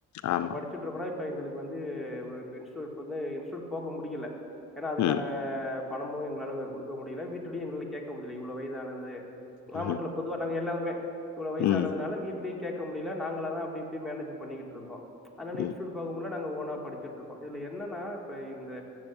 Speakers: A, in the centre; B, on the left.
A: இப்ப
B: ஆமா
A: படிச் சுட்ருகோனா இப்ப எங்களுக்கு வந்து ஒ இன்ஸ் வந்து இன்ஷுட் போக முடிக்கல ஏனா அதுக்கான
B: ம்
A: பணமு எங்களால கொடுக்க முடியல வீட்டுலயு எங்களால கேக்க முடியல இவ்ளோ வயதானது நா
B: ம்
A: மட்டுல பொதுவா நாங்க எல்லாருமே இவ்ளோ வயசானதுனால
B: ம்
A: வீட்லயுக் கேக்க முடியல நாங்களாதா அப்டி இபடி மேனேஜு பண்ணிகிட்டருக்கோ அதனால
B: ம்
A: இன்ஷுட் பக்க போனா நாங்க ஓனா படிச்சுட்ருக்கோ இதுல என்னனா இப்ப இந்த